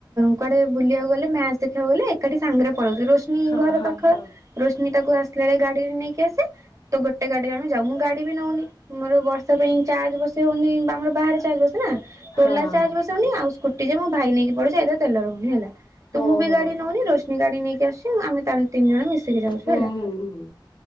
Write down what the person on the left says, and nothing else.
ହଁ
ହଁ
ହଁ
ହଁ
ଓହୋ
ହୁଁ
ହୁଁ ହୁଁ